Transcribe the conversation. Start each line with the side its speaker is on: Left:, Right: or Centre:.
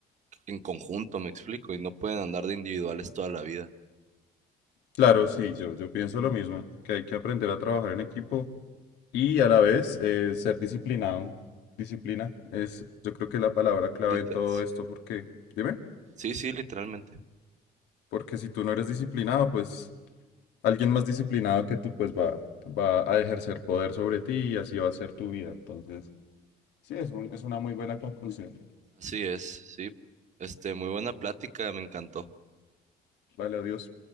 Right: en conjunto, me explico, y no pueden andar de individuales toda la vida.
Left: claro, sí, yo, yo pienso lo mismo, que hay que aprender a trabajar en equipo y a la vez eh, ser disciplinado. Disciplina es, yo creo que es la palabra clave
Right: Liter-
Left: en todo esto, porque, dime,
Right: sí, sí, literalmente.
Left: porque si tú no eres disciplinado, pues alguien más disciplinado que tú, pues va, va a ejercer poder sobre ti y así va a ser tu vida. Entonces, sí, es un- es una muy buena conclusión.
Right: Así es, sí. Este, muy buena plática, me encantó.
Left: Vale, adiós.